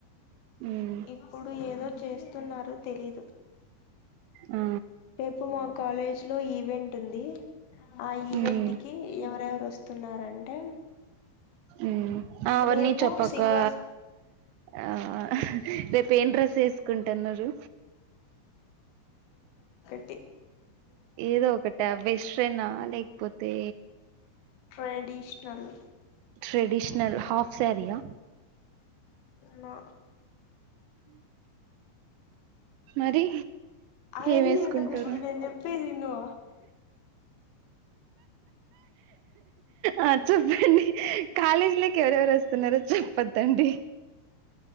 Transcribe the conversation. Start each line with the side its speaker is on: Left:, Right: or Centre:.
Right: ఉమ్
Left: ఇప్పుడు ఏదో చేస్ తున్నారు తెలీదు
Right: ఆ
Left: రేపు మ కాలేజ్ లో ఈవెంట్ ఉంది ఆ ఈవెంట్కిి
Right: ఉమ్
Left: ఎవరు ఎవర్ వస్తున్నారంటే
Right: ఉమ్ అవన్నీ
Left: రేపు
Right: చప్పకా
Left: సింగర్స్
Right: ఆ హా రేపు ఏం డ్రస్ వేసుకుంటున్నారు
Left: టి
Right: ఏదో ఒకట వెస్ట్రన్ ఆ లేకపోతే
Left: ట్రెడిషనల్
Right: ట్రెడిషనల్ హాఫ్ సారీయా
Left: న
Right: మరి
Left: అవన్నీ
Right: ఏం వేసుకుంటారు
Left: ఎందుకు ఇబ్బుదు నేన్ చెప్పేది ఇను
Right: ఆ చెప్పండి కాలేజ లోకి ఎవరెవరు వస్తున్నారో చెప్పద్దండి